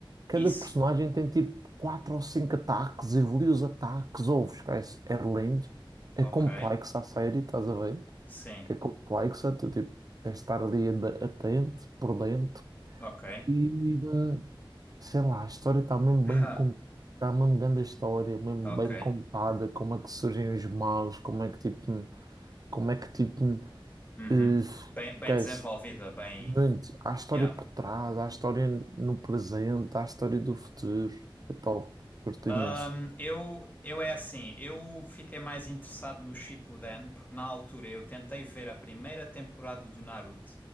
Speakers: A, on the right (about 45°); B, on the left (about 20°).
A: Cada
B: Isso?
A: personagem tem tipo 4 ou 5 ataques, evolui os ataques, ouves, esquece, é lindo, é
B: Ok,
A: complexo a série, estás a ver?
B: sim,
A: É complexa, tu tipo, tens de estar ali ad- atento, por dentro.
B: ok.
A: E, hum, sei lá, a história está mesmo
B: <laughs>
A: bem contada, está mesmo grande a história, mesmo
B: Ok,
A: bem contada, como é que surgem os maus, como é que tipo, como é que tipo,
B: uhum.
A: eh,
B: Bem, bem
A: esquece,
B: desenvolvida, bem.
A: muito, há história
B: Yeah.
A: por trás, há história no presente, há história do futuro, é top, curto
B: Ahm,
A: imenso.
B: eu, eu é assim, eu fiquei mais interessado no Shippuden, porque na altura eu tentei ver a primeira temporada do Naruto,